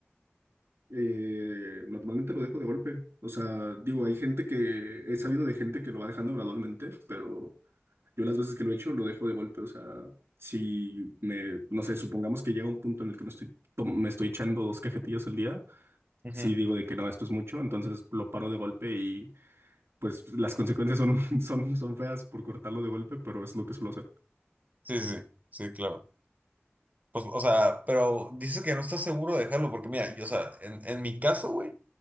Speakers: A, on the right (about 65°); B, on the right (about 35°).
A: Eh, normalmente lo dejo de golpe. O sea, digo, hay gente que he sabido de gente que lo va dejando gradualmente, pero yo las veces que lo he hecho lo dejo de golpe. O sea, si me, no sé, supongamos que llega un punto en el que me estoy, tom- me estoy echando dos cajetillas al día,
B: Ujú.
A: si digo de que no, esto es mucho, entonces lo paro de golpe pues las consecuencias son, <laughs> son, son feas por cortarlo de golpe, pero es lo que suelo hacer.
B: Sí, sí, sí, claro. Pues, o sea, pero dices que no estás seguro de dejarlo, porque mira, yo, o sea, en, en mi caso, güey,